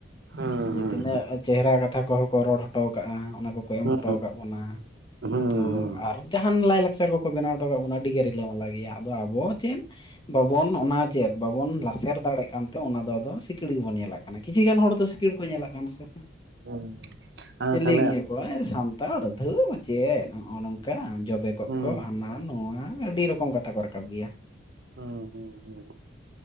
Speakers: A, on the right; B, on the left.
A: ᱦᱩᱸ
B: ᱡᱮ ᱛᱤᱱᱟᱹᱜ
A: ᱦᱩᱸ
B: ᱪᱮᱦᱮᱨᱟ ᱠᱟᱛᱷᱟ ᱠᱚᱦᱚᱸ ᱠᱚ ᱨᱚᱲ ᱦᱚᱴᱚ ᱠᱟᱜᱼᱟ, ᱚᱱᱟ ᱠᱚᱠᱚ ᱮᱢ
A: ᱦᱩᱸ
B: ᱦᱚᱴᱚ ᱟᱠᱟᱜ ᱵᱚᱱᱟ ᱾
A: ᱦᱩᱸ ᱦᱩᱸ
B: ᱛᱚ
A: ᱦᱩᱸ
B: ᱟᱨ ᱡᱟᱦᱟᱱ ᱞᱟᱭᱼᱞᱟᱠᱪᱟᱨ ᱠᱚᱠᱚ ᱵᱮᱱᱟᱣ ᱦᱚᱴᱚ ᱠᱟᱜ ᱵᱚᱱᱟ ᱟᱹᱰᱤᱜᱮ ᱨᱤᱞᱟᱹᱢᱟᱞᱟ ᱜᱮᱭᱟ, ᱟᱫᱚ ᱟᱵᱚ ᱪᱮᱱ ᱵᱟᱵᱚᱱ ᱚᱱᱟ ᱪᱮᱫ ᱵᱟᱵᱚᱱ ᱞᱟᱥᱮᱨ ᱫᱟᱲᱮᱜ ᱠᱟᱱᱛᱮ ᱚᱱᱟ ᱫᱚ ᱟᱫᱚ ᱥᱤᱠᱤᱲ ᱜᱮᱵᱚᱱ ᱧᱮᱞᱮᱫ ᱠᱟᱱᱟ ᱠᱤᱪᱷᱤ ᱜᱟᱱ ᱦᱚᱲ ᱫᱚ ᱥᱤᱠᱥᱲ ᱜᱮ ᱠᱚ ᱧᱮᱞᱟᱜ ᱠᱟᱱᱟ ᱥᱮ
A: ᱦᱩᱸ ᱟᱫᱚ
B: ᱡᱮ
A: ᱛᱟᱦᱚᱞᱮ
B: ᱞᱟᱹᱭ ᱜᱮᱭᱟ ᱠᱚ ᱮᱸ ᱥᱟᱱ ᱛᱟᱲ ᱫᱷᱩ ᱪᱮᱫ ᱱᱚᱜᱼᱚ ᱱᱚᱝᱠᱟ ᱡᱚᱵᱮ ᱠᱚᱜ
A: ᱦᱩᱸ
B: ᱠᱚ ᱦᱟᱱᱟ ᱱᱚᱣᱟ ᱟᱹᱰᱤ ᱨᱚᱠᱚᱢ ᱠᱟᱛᱷᱟ ᱠᱚ ᱨᱟᱠᱟᱵ ᱜᱮᱭᱟ᱾
A: ᱦᱩᱸ ᱦᱩᱸ ᱦᱩᱸ᱾